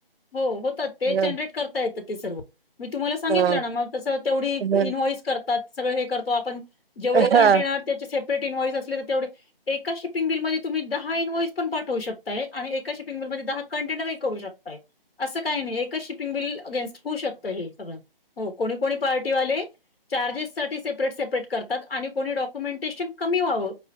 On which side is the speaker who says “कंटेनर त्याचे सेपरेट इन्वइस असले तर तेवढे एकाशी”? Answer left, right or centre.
Left